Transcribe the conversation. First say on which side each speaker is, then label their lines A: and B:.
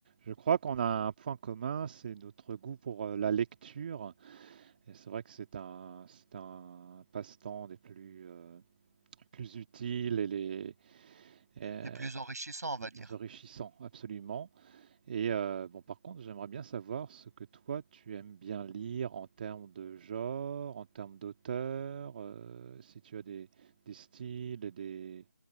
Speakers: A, on the right (about 35°); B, on the right (about 80°).
A: Je crois qu'on a un point commun, c'est notre goût pour euh, la lecture. Et c'est vrai que c'est un, c'est un passe-temps des plus, euh, plus utiles et les, euh,
B: Les plus enrichissants, on va
A: les plus
B: dire.
A: enrichissants, absolument. Et euh, bon, par contre, j'aimerais bien savoir ce que toi, tu aimes bien lire en termes de genre, en termes d'auteur, euh, si tu as des, des styles et des,